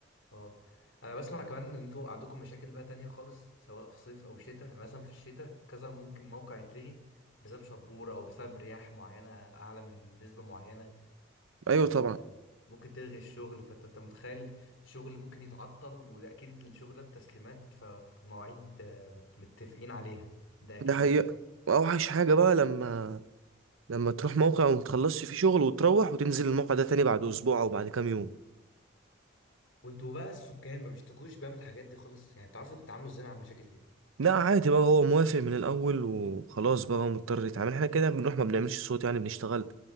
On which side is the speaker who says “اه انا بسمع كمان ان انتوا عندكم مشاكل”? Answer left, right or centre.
Left